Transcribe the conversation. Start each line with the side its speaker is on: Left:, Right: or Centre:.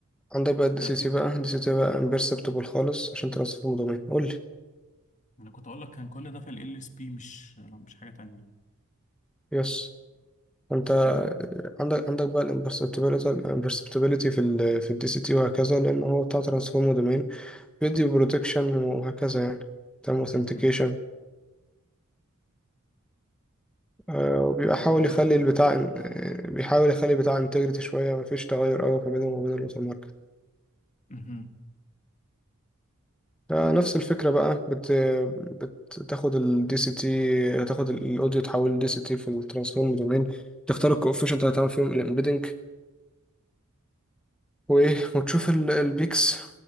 Centre: عندك بقى الدي
Left: ده
Centre: سي تي بقى الدي سي تي بقى امبرسبتبل خالص عشان ترصف المضامين قول لي
Left: انا كنت اقول لك كان كل ده في ال اس بي مش مش حاجه تانية
Centre: يس انت
Left: جميل جدا
Centre: عندك عندك بقى الامبرسبتبيليتي الامبرسبتبيليتي في ال في الدي سي تي وهكذا لان هو بتاع ترانسفورم دومين بيدي بروتكشن وهكذا يعني تمام اوثنتيكيشن
Left: امم
Centre: آه، وبيبقى حاول
Left: كوبري
Centre: يخلي
Left: رايت بروتكشن
Centre: البتاع آه، بيحاول يخلي البتاع انتجريتي شوية مفيش تغير قوي ما بينهم وبين الوتر ماركت
Left: امم
Centre: فنفس الفكرة بقى بت... بتاخد الدي سي تي تاخد الاوديو تحول لدي سي تي في الترانسفورم دومين تختار الكوفيشنت اللي هتعمل فيهم الامبيدنج وايه وتشوف ال- البيكس